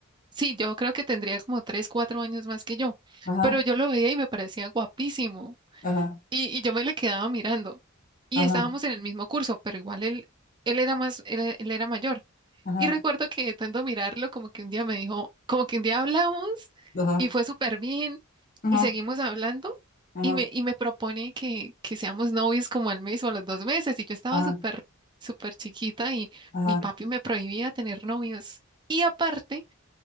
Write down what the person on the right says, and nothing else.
sí, yo creo que tendría como tres, cuatro años más que yo,
pero yo lo veía y me parecía guapísimo.
Y, y yo me le quedaba mirando. Y
estábamos en el mismo curso, pero igual él, él era más, él él era mayor.
Y recuerdo
que de tanto mirarlo, como que un día me dijo, como que un día hablamos
y fue súper bien
y seguimos hablando
y me, y me propone que, que seamos novios como al mes o a los dos meses y yo estaba
súper, súper chiquita y
mi papi me prohibía tener novios. Y aparte,